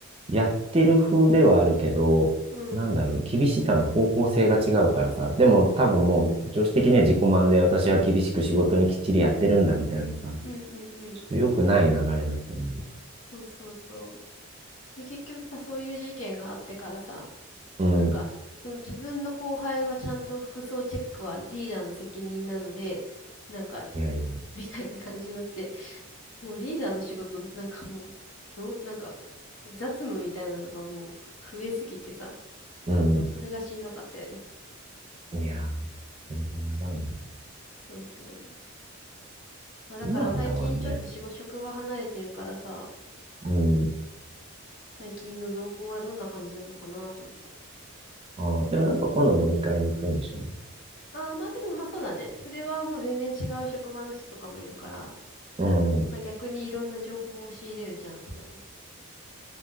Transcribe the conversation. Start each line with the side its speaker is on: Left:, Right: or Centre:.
Right: やってる風ではあるけど、
Left: うん。
Right: なんだろうね、厳しさの方向性が違うからさ、でも多分もう、常識的には自己満で私は厳しく仕事にきっちりやってるんだみたいなさ、
Left: うんうんうん。
Right: ちょっと良くない流れだと思
Left: そうそうそう。で、結局さ、そういう事件があってからさ、
Right: う。うん。
Left: なんか、その自分の後輩はちゃんと服装チェックはリーダーの責任なので、なんか、<laughs>
Right: いやいや。
Left: みたいな感じになって、もうリーダーの仕事、なんかもう、どう、なんか、雑務みたいなのがもう増えすぎてさ、
Right: うん。
Left: もうそれがしんどかったよね。
Right: いや、これがやばいね。
Left: そうそう。まあだから最近ちょっと仕事、
Right: どうなんだろうね。
Left: 職場離れてるからさ、
Right: うん。
Left: 最近の動向はどんな感じなのかなと思って。
Right: ああ、でもなんか今度飲み会に行くんでしょうね
Left: ああ、まあでもまあそうだね。それはもう全然違う職場の人とかもいるから、
Right: うん。
Left: まあ逆にいろんな情報を仕入れるチャンスだよね。